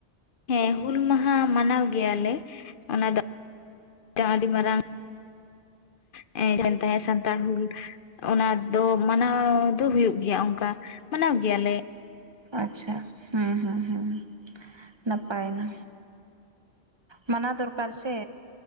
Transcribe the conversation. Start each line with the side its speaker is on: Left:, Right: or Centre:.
Left: ᱦᱮᱸ, ᱦᱩᱞ ᱢᱟᱦᱟ ᱢᱟᱱᱟᱣ ᱜᱮᱭᱟᱞᱮ, ᱚᱱᱟ ᱫᱚ ᱟᱹᱰᱤ ᱢᱟᱨᱟᱝ ᱮ <unintelligible> ᱥᱟᱱᱛᱟᱲ ᱦᱩᱞ- ᱚᱱᱟ ᱫᱚ ᱢᱟᱱᱟᱣᱻ ᱫᱚ ᱦᱩᱭᱩᱜ ᱜᱮᱭᱟ ᱚᱱᱠᱟ ᱢᱟᱱᱟᱣ ᱜᱮᱭᱟᱞᱮ᱾
Right: ᱟᱪᱪᱷᱟ, ᱦᱩᱸ ᱦᱩᱸ ᱦᱩᱸ, ᱱᱟᱯᱟᱭ ᱮᱱᱟ᱾ ᱢᱟᱱᱟᱣ ᱫᱚᱨᱠᱟᱨ ᱥᱮ᱾